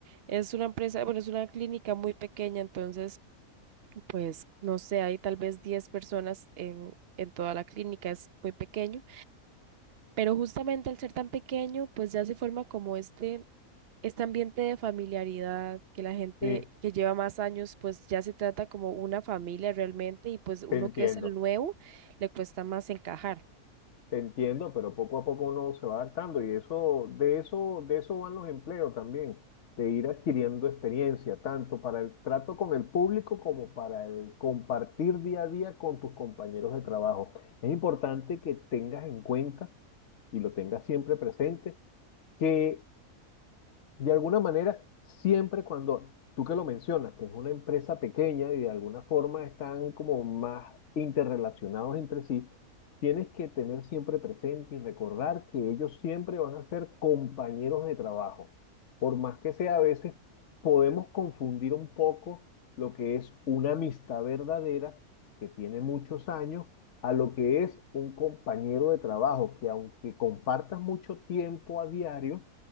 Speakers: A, on the right; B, on the left.
A: Es una empresa, bueno, es una clínica muy pequeña, entonces, pues, no sé, hay tal vez 10 personas en, en toda la clínica, es muy pequeño. Pero justamente al ser tan pequeño, pues ya se forma como este, este ambiente de familiaridad, que la gente
B: Sí,
A: que lleva más años, pues ya se trata como una familia realmente, y pues uno
B: te entiendo.
A: que es el nuevo, le cuesta más encajar.
B: Te entiendo, pero poco a poco uno se va adaptando y eso, de eso, de eso van los empleos también, de ir adquiriendo experiencia, tanto para el trato con el público como para el compartir día a día con tus compañeros de trabajo. Es importante que tengas en cuenta y lo tengas siempre presente que de alguna manera, siempre cuando tú que lo mencionas, que es una empresa pequeña y de alguna forma están como más interrelacionados entre sí, tienes que tener siempre presente y recordar que ellos siempre van a ser compañeros de trabajo. Por más que sea, a veces podemos confundir un poco lo que es una amistad verdadera que tiene muchos años a lo que es un compañero de trabajo, que aunque compartas mucho tiempo a diario,